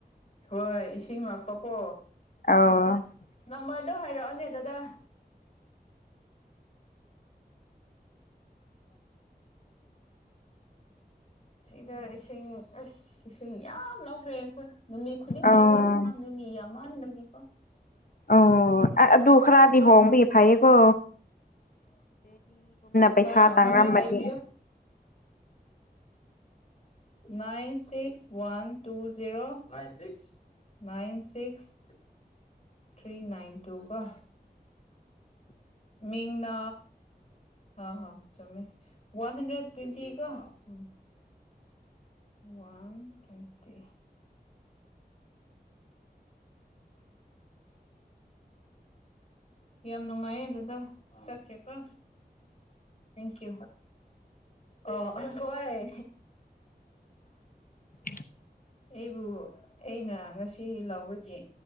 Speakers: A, on the left (about 40°); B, on the left (about 55°).
A: ꯍꯣꯏ ꯏꯁꯤꯡ ꯂꯥꯛꯄꯀꯣ
B: ꯑꯣ
A: ꯅꯝꯕꯔꯗꯣ ꯍꯥꯏꯔꯛꯑꯣꯅꯦ ꯗꯗꯥ ꯍ ꯁꯤꯗ ꯏꯁꯤꯡ ꯑꯁ ꯏꯁꯤꯡ ꯌꯥꯝ ꯂꯧꯈ꯭ꯔꯦ ꯑꯩꯈꯣꯏ ꯅꯨꯃꯤꯠ ꯈꯨꯗꯤꯡ
B: ꯑꯧ
A: ꯂꯧꯈ꯭ꯔꯁꯨ ꯈꯥꯡꯗꯦ ꯃꯤ ꯌꯥꯝ ꯃꯟꯕꯅꯤꯀꯣ
B: ꯑꯣ ꯑ ꯑꯗꯨꯣ ꯈꯔꯥꯗꯤ ꯍꯣꯡꯕ ꯏ ꯐꯩꯀꯣ ꯄꯩꯁꯥ
A: ꯑ
B: ꯇꯥꯡꯔꯝꯃꯗꯤ
A: ꯅꯪꯝꯕꯔ ꯍꯥꯏꯕꯤꯣ nine six one two zero nine six nine six three nine two ꯀꯣ ꯃꯤꯡꯅ ꯍ ꯆꯨꯝꯃꯦ ꯋꯥꯟ ꯍꯟꯗ꯭ꯔꯦꯠ ꯇ꯭ꯋꯦꯟꯇꯤ ꯀꯣ ꯎꯝ ꯋꯥꯟ ꯇ꯭ꯋꯦꯟꯇꯤ ꯎ ꯌꯥꯝ ꯅꯨꯡꯉꯥꯏꯌꯦ ꯑꯗꯨꯗ ꯆꯠꯈ꯭ꯔꯦꯀꯣ ꯊꯦꯡꯀꯨ ꯑ ꯍꯣꯏ
B: <unintelligible>
A: ꯑꯩꯕꯨ ꯑꯩꯅ ꯉꯁꯤ ꯂꯥꯎꯕꯒꯤ